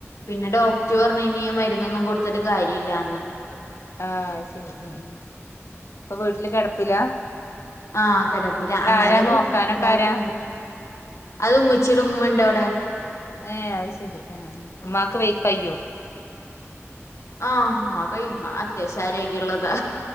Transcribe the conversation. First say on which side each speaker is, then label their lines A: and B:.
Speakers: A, on the left; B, on the left.
A: പിന്നെ ഡോക്ടർ പറഞ്ഞു ഇനി മരുന്നൊന്നും കൊടുത്തിട്ട് കാര്യം ഇല്ലാന്ന്
B: ആഹ് ശരി ഉം ഉം ഇപ്പൊ വീട്ടില് കിടപ്പില്ല
A: ആ കെടപ്പില്ല
B: ഇതാരാ
A: എന്നാലും
B: നോക്കാനൊക്കെ
A: ഇതാക്കണ്ട്
B: ആരാ
A: അത് ഉമ്മിച്ചിട ഉമ്മ അവിടെ
B: ഏ അയിശെരി ആ ഉമ്മാക്ക് വയി കയ്യോ
A: ആ ഉമ്മ കയമ്മ അത്യാവശ ആരോഗ്യമുള്ളതാ